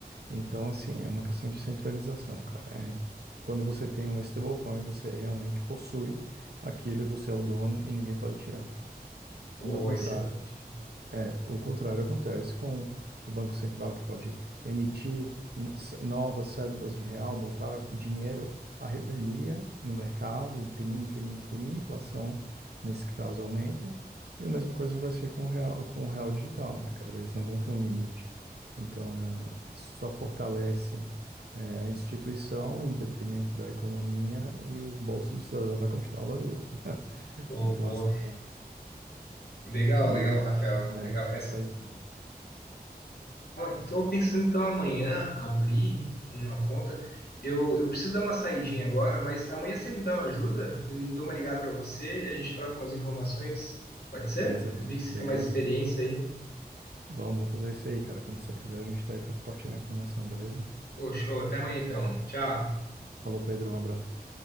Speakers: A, on the right; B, on the left.
A: Então, assim, é uma questão de centralização, cara. É, quando você tem uma stablecoin, você realmente possui aquilo e você é o dono e ninguém pode tirar.
B: Oh,
A: Do contrário.
B: excelente.
A: É, o contrário acontece com o Banco Central, que pode emitir n- c- novas cédulas de real, botar dinheiro à revelia no mercado, imprimir, imprimir, imprimir, a inflação, nesse caso, aumenta. E a mesma coisa vai ser com o real, com o real digital, né, cara? Eles não vão ter um limite. Então, é, isso só fortalece, é, a instituição em detrimento da economia e o bolso do cidadão vai continuar vazio.
B: Oh,
A: Então,
B: boa.
A: assim,
B: Legal,
A: meio.
B: legal, Rafael.
A: É,
B: Legal. Essa-
A: isso aí.
B: Estou pensando então amanhã abrir uma conta. Eu, eu preciso dar uma saidinha agora, mas amanhã você me dá uma ajuda? Eu dou uma ligada para você, a gente troca umas informações. Pode ser?
A: Beleza,
B: Eu
A: cara?
B: vi que você
A: Beleza?
B: tem mais experiência aí.
A: Vamos, vamos fazer isso aí, cara. Quando você quiser, a gente tá aí pra compartilhar informação, beleza?
B: Pô, Até amanhã então. Tchau.
A: Falou, Pedro, um abraço.